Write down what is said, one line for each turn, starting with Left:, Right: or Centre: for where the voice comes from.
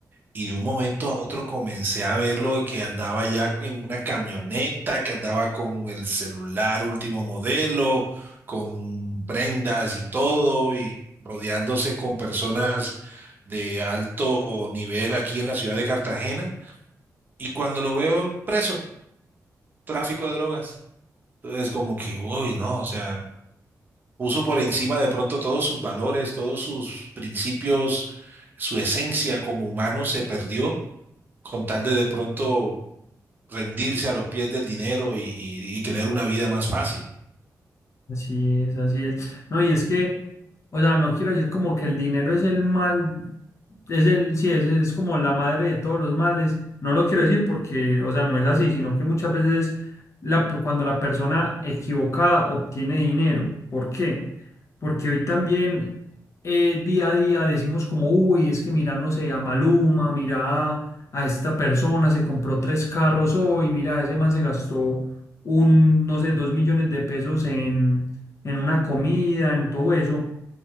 Right: Y de un momento a otro comencé a verlo de que andaba ya en una camioneta, que andaba con el celular último modelo, con prendas y todo, y rodeándose con personas de alto nivel aquí en la ciudad de Cartagena. Y cuando lo veo preso, tráfico de drogas. Entonces como que, uy, no, o sea, puso por encima de pronto todos sus valores, todos sus principios, su esencia como humano se perdió con tal de de pronto rendirse a los pies del dinero y, y- y tener una vida más fácil.
Left: Así es, así es. No, y es que, o sea, no quiero decir como que el dinero es el mal, es el, sí, es, es como la madre de todos los males. No lo quiero decir porque, o sea, no es así, sino que muchas veces la, cuando la persona equivocada obtiene dinero. ¿Por qué? Porque hoy también eh, día a día decimos como, uy, es que mira, no sé, a Maluma, mira a, a esta persona, se compró tres carros hoy, mira, ese man se gastó un, no sé, dos millones de pesos en, en una comida, en todo eso.